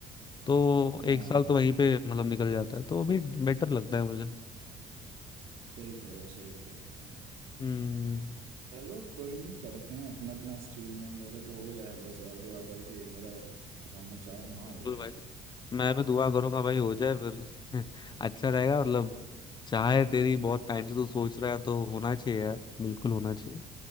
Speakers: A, on the left; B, on the right.
A: तो
B: हाँ
A: एक साल तो वहीं पे मतलब निकल जाता है तो वो भी बेटर लगता है मुझे
B: सही कह रहे हो सही कह रहे हो
A: हम्म
B: चलो कोई नहीं करते हैं अपना अपना स्ट्रीम में मेरा तो हो जाए बस यार दुआ करके मेरा जाना चाह रहा हूँ वहाँ
A: बिल्कुल
B: हो जाए
A: भाई मैं भी दुआ करूंगा भाई हो जाए फिर <laughs> अच्छा रहेगा मतलब
B: तो
A: चाहे तेरी बहुत टाइम से तू सोच रहा है तो होना चाहिए यार बिल्कुल होना चाहिए